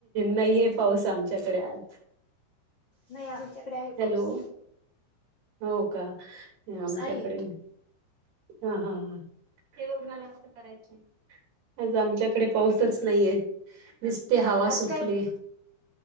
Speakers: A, on the right; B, on the left.
A: नईए पाऊस आमच्याकडे आज.
B: नई... आमच्याकडे आहे
A: हॅलो
B: पाऊस.
A: हो का? नै आमच्याकडे
B: आहे
A: नई. हाहाहा... हे बघ मला असं करायचं आज आमच्याकडे पाऊसच नाईये... निसती हवा
B: आज
A: सुटलीए.
B: काय